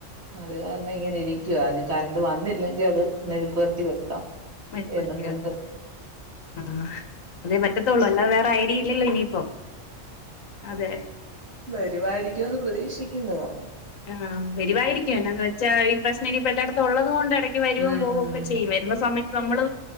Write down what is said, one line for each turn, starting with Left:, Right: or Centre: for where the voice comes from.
Right: അത് കാരണം ഇങ്ങനെ ഇരിക്കുവ. ഇനി കറണ്ട് വന്നില്ലെങ്കിൽ അത് മെഴുക്കുവരട്ടി വെക്കാം.
Left: മെഴുക്കുവരട്ടി
Right: എന്നും കണ്ട്
Left: വെക്കാ അതെ ആ. അതേ പറ്റത്തുള്ളൂ അല്ലാതെ വേറെ ഐഡിയില്ലല്ലോ ഇനിയിപ്പോ. അതെ.
Right: വരുവായിരിക്കുന്ന് പ്രതീക്ഷിക്കുന്നു കറണ്ട്.
Left: ആഹ് വരുവായിരിക്കും എന്നാന്ന് വെച്ചാ ഈ പ്രശ്നം ഇനിപ്പ എല്ലാടത്തും ഒള്ളതുകൊണ്ട് എട ഇനി വരോം
Right: ഉം
Left: പോവൊക്കെ ചെയ്യും. വരുന്ന സമയ നമ്മള്